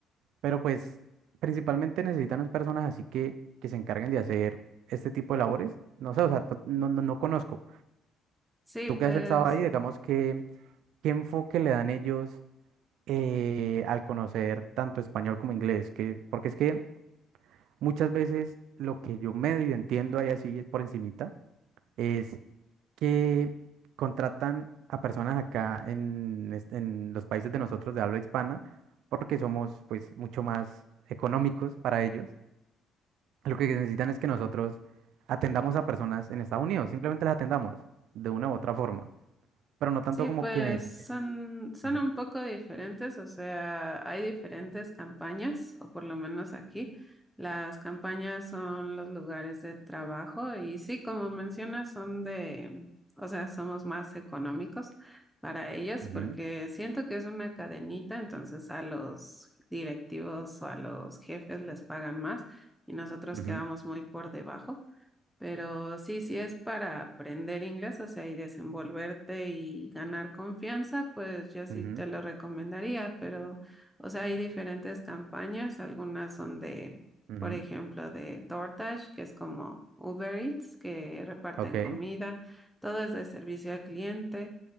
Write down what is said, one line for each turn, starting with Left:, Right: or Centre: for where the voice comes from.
Right: pero pues principalmente necesitan personas así que, que se encarguen de hacer este tipo de labores. No sé, o sea, t- no, no, no conozco.
Centre: Sí,
Right: Tú
Centre: pues
Right: que has estado ahí, digamos que, ¿qué enfoque le dan ellos eh, al conocer tanto español como inglés? Que, porque es que... Muchas veces lo que yo medio entiendo ahí así por encimita es que contratan a personas acá en, este- en los países de nosotros de habla hispana porque somos pues mucho más económicos para ellos. Lo que necesitan es que nosotros atendamos a personas en Estados Unidos, simplemente las atendamos de una u otra forma, pero no tanto
Centre: Sí,
Right: como
Centre: pues
Right: que necesiten.
Centre: son, son
Right: Ujú,
Centre: un poco diferentes, o sea, hay diferentes campañas, o por lo menos aquí, las campañas son los lugares de trabajo y sí, como mencionas, son de, o sea, somos más económicos para ellos
Right: ujú,
Centre: porque siento que es una cadenita, entonces a los directivos o a los jefes les pagan más y nosotros
Right: ujú,
Centre: quedamos muy por debajo. Pero sí, si es para aprender inglés, o sea, y desenvolverte y ganar confianza, pues yo sí
Right: ujú,
Centre: te lo recomendaría, pero, o sea, hay diferentes campañas, algunas son de,
Right: ujú.
Centre: por ejemplo, de DoorDash, que es como Uber Eats, que reparten
Right: Ok,
Centre: comida, todo es de servicio al cliente,